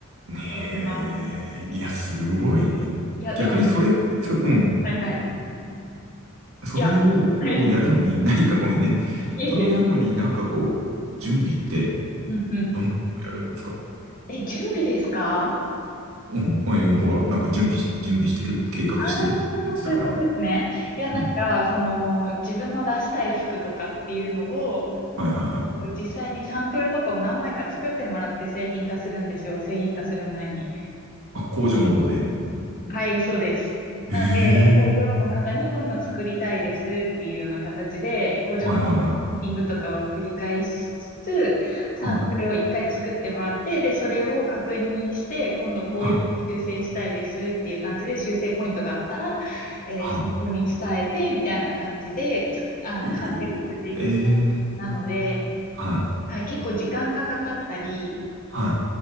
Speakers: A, on the right; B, on the left.
A: とねえ、
B: やってます。
A: いや、すごいね。
B: いや、でも、
A: 逆にそれ、そ、うん。
B: はいはい。
A: それをこうやるのに、
B: いや、はい。
A: 何かごめんね。
B: いえいえ。
A: それをやるのになんかこう、準備って、
B: うんうん。
A: どんなことをやるんですか
B: え、準備ですか
A: うん。えほら、なんか準備し、準備してる計画してるって言ってたから。
B: ああそういうことですね。いや、なんか、
A: うん。
B: その、自分の出したい服とかっていうのを、
A: はいはいはい。
B: こう実際にサンプルとかを何枚か作ってもらって製品化するんですよ。製品化する前に。
A: あ、工場の方で。
B: はい、そうです。
A: ええ
B: なので、工場の方にこういうの作りたいですっていうような形で、工場のミーティングとかを繰り返しつつ、
A: はいはいはい。
B: サンプルを一回作ってもらって、
A: はい、
B: で、それを確認して、今度こういうふうに修正したいですっていう感じで、
A: はい、
B: 修正ポイントがあったら、えー先方に伝えて、
A: は
B: みたいな感じで、つあの、
A: い。
B: 完成させていく感じなので、
A: えええはい、
B: はい、結構時間がかかったり、
A: は